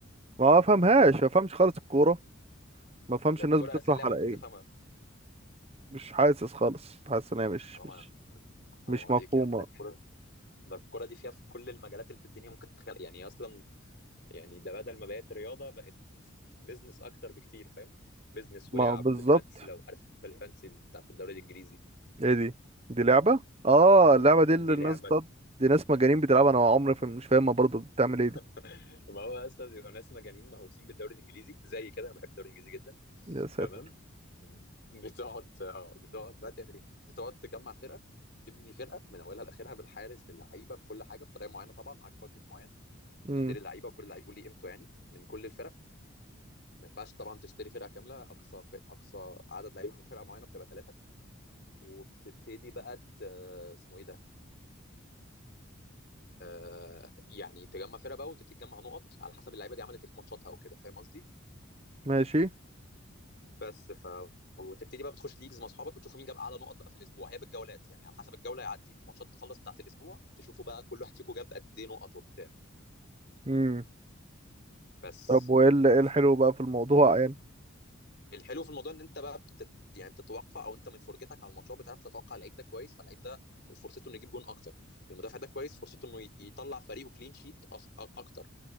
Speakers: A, on the right; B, on the left.
A: ما بفهمهاش
B: لا
A: ما بفهمش خالص الكوره ما بفهمش
B: ده الكوره
A: الناس بتفرح
B: اسهل لعبه
A: على
B: ممكن
A: ايه
B: تفهمها
A: مش حاسس خالص حاسس ان هي مش
B: حرام
A: مش
B: ع- حرام
A: مش
B: عليك
A: مفهومه
B: يا عم ده الكوره ده الكوره دي فيها في كل المجالات اللي في الدنيا ممكن تتخيل يعني اصلا يعني ده بدل ما بقت رياضه بقت بيزنس اكتر بكتير فاهم بيزنس
A: ما
B: ولعب
A: بالظبط
B: بالفانسي لو عارف الفانسي بتاعت الدوري الانجليزي
A: ايه دي دي لعبه اه
B: دي
A: اللعبه دي اللي
B: دي
A: الناس
B: لعبه
A: بتقعد دي ناس مجانين بتلعبها انا عمري فا- مش فاهمها برضه بتعمل ايه دي
B: <laughs> ما هو اصلا بيبقى ناس مجانين مهووسين بالدوري الانجليزي زي كده انا بحب الدوري الانجليزي جدا
A: يا ساتر
B: تمام بتقعد اه بتقعد بقى تعمل ايه؟ بتقعد تجمع فرقه تبني فرقه من اولها لاخرها بالحارس باللعيبه بكل حاجه بطريقه معينه طبعا معاك بادجت معين
A: امم
B: تشتري لعيبه وكل لعيب ليه قيمته يعني من كل الفرق ما ينفعش طبعا تشتري فرقه كامله اقصى فر... اقصى عدد لعيبه من فرقه معينه بتبقى ثلاثه وبتبتدي بقى ت... اسمه ايه ده؟ آه... يعني تجمع فرقه بقى وتبتدي تجمع نقط على حسب اللعيبه دي عملت ايه في ماتشاتها وكده فاهم قصدي؟
A: ماشي
B: بس ف وتبتدي بقى بتخش ليجز مع اصحابك وتشوفوا مين جاب اعلى نقط بقى في الاسبوع هي بالجولات يعني على حسب الجوله يعدي الماتشات تخلص بتاعت الاسبوع تشوفوا بقى كل واحد فيكم جاب قد ايه نقط وبتاع
A: امم
B: بس
A: طب وايه اللي- إيه
B: ف-
A: الحلو بقى في الموضوع يعني
B: الحلو في الموضوع ان انت بقى بتت... يعني بتتوقع او انت من فرجتك على الماتشات بتعرف تتوقع اللعيب ده كويس فاللعيب ده فرصته انه يجيب جون اكتر المدافع ده كويس فرصته انه ي- يطلع فريقه كلين شيت أص... أ- اكتر